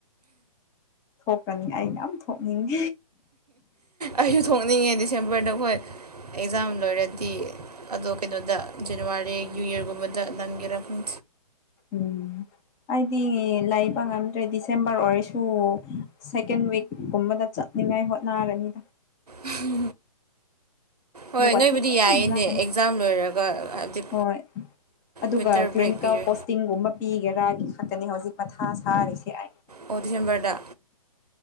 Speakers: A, on the left; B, on the right.
A: ꯊꯣꯛꯀꯅꯤ ꯑꯩꯅ ꯑꯝ ꯊꯣꯛꯅꯤꯡꯉꯦ
B: ꯑꯩꯁꯨ ꯊꯣꯛꯅꯤꯡꯉꯦ ꯗꯤꯁꯦꯝꯕꯔꯗ ꯍꯈꯣꯏ ꯑꯦꯛꯖꯥꯝ ꯂꯣꯏꯔꯗꯤ ꯑꯗꯣ ꯀꯩꯅꯣꯗ ꯖꯅꯋꯥꯔꯤ ꯅ꯭ꯌꯨ ꯌꯔꯒꯨꯝꯕꯗ ꯅꯪꯒꯤꯔꯛ ꯎꯝ
A: ꯎꯝ ꯑꯩꯗꯤ ꯂꯥꯏꯛꯕ ꯉꯝꯗ꯭ꯔꯦ ꯗꯤꯁꯦꯝꯕꯔ ꯑꯣꯏꯔꯁꯨ ꯁꯦꯀꯦꯟ ꯋꯤꯛꯀꯨꯝꯕꯗ ꯆꯠ ꯅꯤꯡꯉꯥꯏ ꯍꯣꯠꯅꯔꯅꯤꯗ
B: ꯎꯝ ꯍꯣꯏ
A: ꯑꯗꯨꯒ
B: ꯅꯣꯏꯕꯨꯗꯤ
A: ꯊꯦꯡꯅ
B: ꯌꯥꯏꯌꯦꯅꯦ
A: ꯍꯜꯂꯛꯀꯅꯤ
B: ꯑꯦꯛꯖꯥꯝ ꯂꯣꯏꯔꯒ ꯍꯥꯏꯕꯗꯤ
A: ꯍꯣꯏ ꯑꯗꯨꯒ
B: ꯋꯤꯟꯇꯔ
A: ꯀ꯭ꯂꯤꯅꯤꯀꯦꯜ
B: ꯕ꯭ꯔꯦꯛ ꯄꯤꯔꯦ
A: ꯀꯣꯁꯇꯤꯡꯒꯨꯝꯕ ꯄꯤꯒꯦꯔꯥꯒꯤ ꯈꯛꯇꯅꯤ ꯍꯧꯖꯤꯛ ꯃꯊꯥ ꯁꯥꯔꯤꯁꯦ ꯑꯥꯏ
B: ꯑꯣꯖꯝꯕꯦꯗ